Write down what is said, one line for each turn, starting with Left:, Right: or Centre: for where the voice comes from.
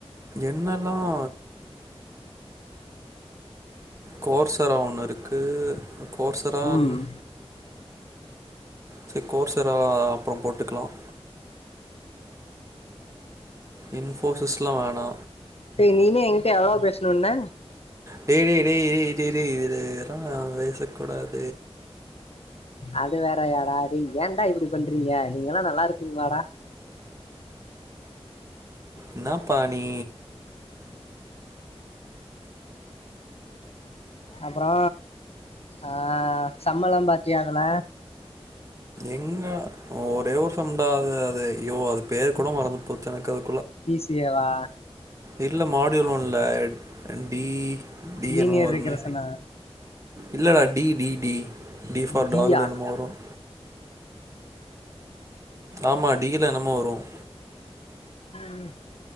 Right: என்னெல்லாம் கோர் சரா ஒண்ணு இருக்கு கோர்ஸ ரான்
Left: ம்
Right: ச கோர் சரா அப்றம் போட்டுக்லாம் இன்ஃபோசிஸ்லா வேணா
Left: நீங்க எங்கிட்ட எவ்ளோ பேஸ்ணும்ன
Right: டே டே டே இதுலா பேசக்கூடாது
Left: அது வேற யாடா டேய் ஏன்டா இப்டி பண்றீங்க நீங்க எல்லாம் நல்லா இருப்பீங்ளாடா
Right: என்னாப்பா நீ
Left: அப்பறோ ஆஹ் சம்பளம் பாத்தியா அதுல
Right: எங்க ஒரே வருஷம்தான் அது ஐயோ அது பேர் கூட மறந்து போச்சு எனக்கு அது
Left: பிசிஏவா
Right: இல்ல மாடியோல ஒண்ணு இல்ல டி டி
Left: லீனியர்
Right: என்னமோ வருமே
Left: ரெக்ரஷனா
Right: இல்லடா டிடிடி டி ஃபார்
Left: டியா
Right: டாக்குனு என்னமோ வரும் ஆமா டீ தா என்னமோ வரும்
Left: ம்ஹ்